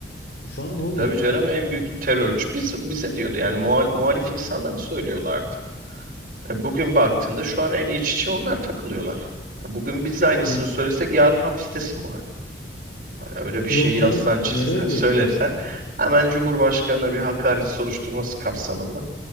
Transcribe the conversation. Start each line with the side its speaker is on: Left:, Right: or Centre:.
Left: Şu an ne oluyor
Right: Tabii
Left: yani?
Right: canım en büyük terörcü biz, bize diyordu yani muhal- muhalif insanlara söylüyorlardı. E, bugün baktığında şu an en iç içe onlar takılıyorlar. E, bugün biz de aynısını
Left: E,
Right: söylesek yarın hapistesin bu arada. Hani öyle bir şey
Left: yok
Right: yazsan
Left: canım
Right: çizsen
Left: nereye
Right: <laughs> söylesen
Left: diyor biliyorsun?
Right: hemen Cumhurbaşkanı'na bir hakaret soruşturması kapsamında